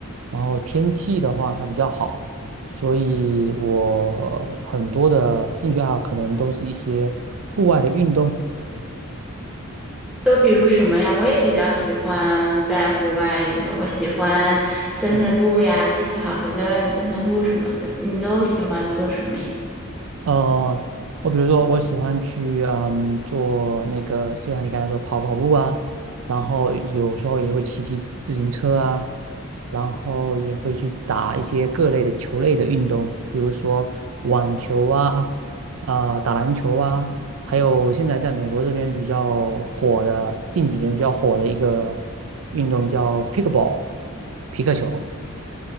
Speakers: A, on the right; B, in the centre.
A: 然后天气的话它比较好。所以我很多的兴趣爱好可能都是一些户外的运动。
B: 都比如什么呀？我也比较喜欢在户外运动，我喜欢散散步呀，
A: 嗯。
B: 天气好时候在外面散散步什么的。你都喜欢做什么呀？
A: 呃，我比如说，我喜欢去嗯做那个，就像你刚才说跑跑步啊，然后有时候也会骑骑自行车啊，然后也会去打一些各类的球类的运动，比如说网球啊，啊、打篮球啊，还有现在在美国这边比较火的，近几年比较火的一个运动叫 pickleball，皮克球，